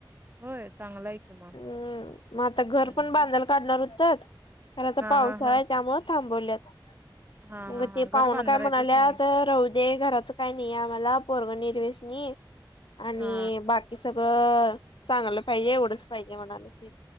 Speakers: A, on the right; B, on the left.
A: होय चांगला आहे. कि मग
B: हम्म मगं आता घर
A: हम्म.
B: पण बांधायला काढणार होतात खर आता
A: हा
B: पावसाळा
A: हा हा
B: आहे त्यामुळे. थांबवल्यात
A: हा
B: मगं
A: हा
B: ते
A: हा घर
B: पाहुण
A: बांधणार
B: काय म्हणाल्यात
A: आहेत होय त्यांनी
B: राह दे घराच काय नाही आम्हाला पोराग निरव्यसनी आणि
A: हा
B: बाकी की सगळं चांगलं पाहिजे एवढंच पाहिजे म्हणाले ते.